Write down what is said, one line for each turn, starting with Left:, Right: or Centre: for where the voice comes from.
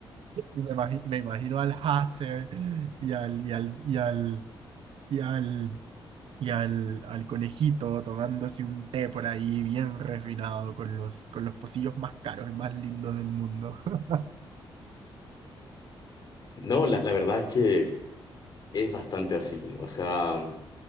Right: y me imagi- me imagino al Hatter y al, y al, y al, y al y al, al conejito tomándose un té por ahí bien refinado con los, con los pocillos más caros y más lindos del mundo. <laughs>
Left: No, la, la verdad es que es bastante así. O sea,